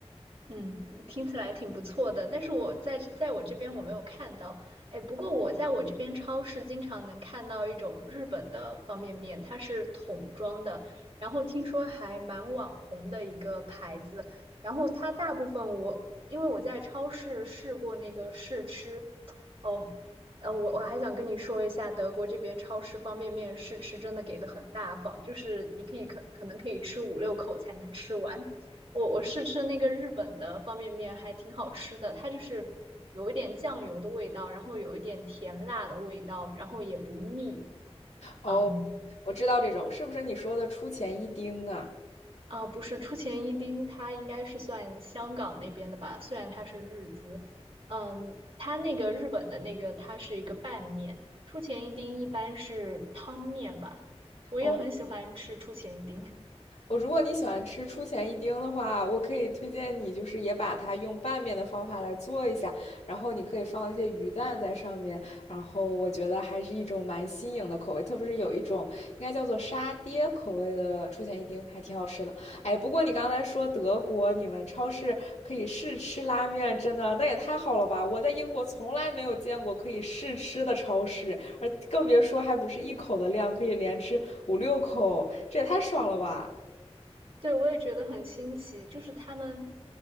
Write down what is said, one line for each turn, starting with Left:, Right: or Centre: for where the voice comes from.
Right: 嗯，听起来挺不错的，但是我在在我这边我没有看到。哎，不过我在我这边超市经常能看到一种日本的方便面，它是桶装的，然后听说还蛮网红的一个牌子。然后它大部分我因为我在超市试过那个试吃，哦，呃，我我还想跟你说一下，德国这边超市方便面试吃真的给的很大方，就是你可以可可能可以吃五六口才能吃完。我我试吃那个日本的方便面还挺好吃的，它就是有一点酱油的味道，然后有一点甜辣的味道，然后也不腻。
Left: 哦，
Right: 嗯
Left: 我知道这种是不是你说的出前一丁啊？
Right: 啊，不是出前一丁，它应该是算香港那边的吧，虽然它是日资。嗯，它那个日本的那个它是一个拌面，出前一丁一般是汤面吧，我也很喜欢吃出前一丁。
Left: 哦。我如果你喜欢吃出前一丁的话，我可以推荐你，就是也把它用拌面的方法来做一下，然后你可以放一些鱼蛋在上面，然后我觉得还是一种蛮新颖的口味，特别是有一种应该叫做沙爹口味的出前一丁，还挺好吃的。哎，不过你刚才说德国你们超市可以试吃拉面，真的那也太好了吧！我在英国从来没有见过可以试吃的超市，而更别说还不是一口的量，可以连吃五六口，这也太爽了吧！
Right: 对，我也觉得很新奇，就是他们